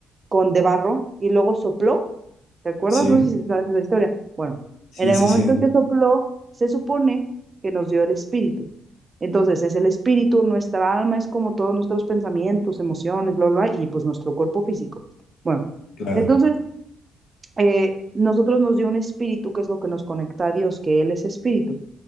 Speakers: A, on the right (about 30°); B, on the left (about 80°).
A: con de barro y luego sopló? ¿Te acuerdas?
B: sí,
A: No sé si sabes la historia. Bueno,
B: sí,
A: en el
B: sí,
A: momento
B: sí,
A: en que sopló, se supone que nos dio el espíritu. Entonces, es el espíritu, nuestra alma es como todos nuestros pensamientos, emociones, bla, bla, bla, y pues nuestro cuerpo físico. Bueno,
B: claro,
A: entonces, eh, nosotros nos dio un espíritu que es lo que nos conecta a Dios, que Él es espíritu.